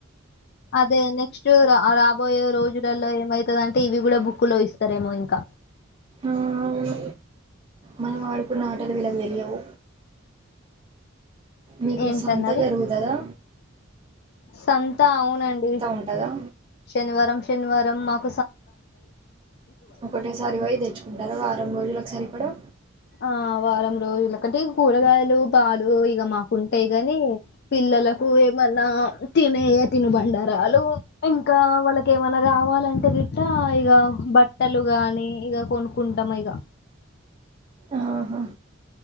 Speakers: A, on the left; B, on the right.
A: అదే నెక్స్ట్ రా రాబోయే రోజులలో మై తదంటే ఇవి కూడా బుక్ లో ఇస్తారేమో ఇంక
B: ఆ అవును మనం ఆడుకున్న ఆటలు విలకు తెలియవు మీకు
A: ఏంటన్నారు
B: సంత జరుగుతుదా?
A: సంత అవునండి.
B: ఉంటుందా
A: శనివారం శనివారం మాక్
B: ఒకటేసారి ఓయి తెచ్చుకుంటరా, వారం రోజులక్ సరిపడా?
A: ఆ వారం రోజులకంటే, కూరగాయలు పాలు ఇగ మాకుంటయి కానీ పిల్లలకు ఏమన్నా తినే య తిను బండారలు. ఇంకా వాళ్ళకెమన్న కావాలంటే గిట్ట ఇగ బట్టలు కానీ ఇగ కొనుక్కుంటాం ఇగ
B: ఆహా